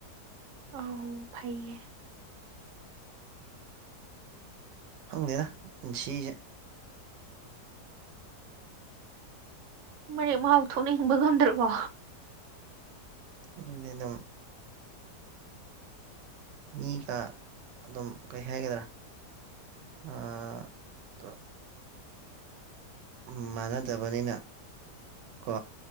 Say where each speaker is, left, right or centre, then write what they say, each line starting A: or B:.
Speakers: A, on the right (about 70°); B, on the right (about 85°).
A: ꯑꯧ ꯐꯩꯌꯦ
B: ꯈꯪꯗꯦꯗ ꯄꯨꯟꯁꯤꯁꯦ
A: ꯃꯔꯦꯛ ꯃꯍꯥꯎ ꯊꯣꯛꯅ ꯍꯤꯡꯕ ꯉꯝꯗ꯭ꯔꯕꯣ
B: <unintelligible> ꯃꯤꯒ ꯑꯗꯨꯝ ꯀꯩ ꯍꯥꯏꯒꯗ꯭ꯔꯥ ꯍꯥ ꯗꯣ ꯎ ꯃꯥꯟꯅꯗꯕꯅꯤꯅ ꯀꯣ